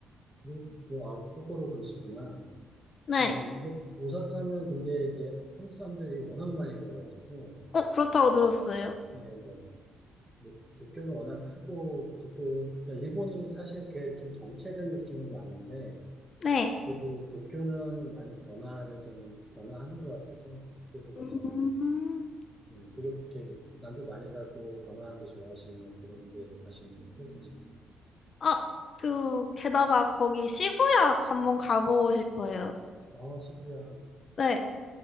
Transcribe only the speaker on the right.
그, 그, 아, 거꾸로 그러시구나.
음, 근데 오사카는 근데 이제 한국 사람들이 워낙 많이 가가지고,
네, 네. 뭐, 도쿄는 워낙 크고, 도쿄, 그러니까 일본이 사실 걔 좀 정체된 느낌이 많은데,
그리도 도쿄는 많이 변화를 좀, 변화하는 것 같아서, 도쿄도 괜찮은,
음, 도쿄, 이렇게, 남들 많이 가고, 변화하는 데 좋아하시면 그런 데로 가시면 또 괜찮습니다
아 어, 시부야,